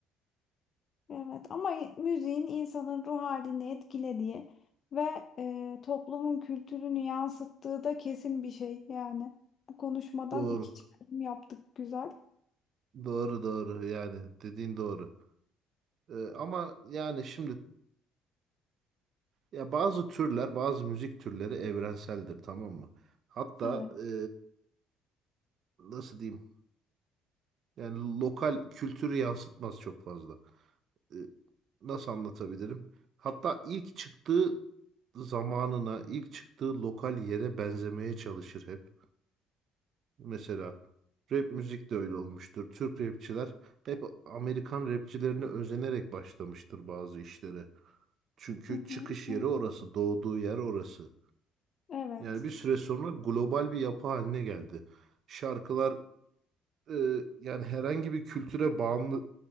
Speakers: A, on the left (about 50°); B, on the right (about 60°).
A: Evet, ama i- müziğin insanın ruh halini etkilediği ve e, toplumun kültürünü yansıttığı da kesin bir şey. Yani bu konuşmadan
B: Doğru.
A: iki çıkarım yaptık güzel.
B: Doğru doğru yani dediğin doğru. Ee, ama yani şimdi ya bazı türler, bazı müzik türleri evrenseldir tamam mı? Hatta
A: Evet.
B: ee, nasıl diyeyim? Yani lokal kültürü yansıtmaz çok fazla. Ee, nasıl anlatabilirim? Hatta ilk çıktığı zamanına, ilk çıktığı lokal yere benzemeye çalışır hep. Mesela rap müzik de öyle olmuştur. Türk rapçiler hep Amerikan rapçilerine özenerek başlamıştır bazı işlere. Çünkü
A: Hı hı,
B: çıkış yeri
A: evet.
B: orası, doğduğu yer orası.
A: Evet.
B: Yani bir süre sonra global bir yapı haline geldi. Şarkılar e, yani herhangi bir kültüre bağımlı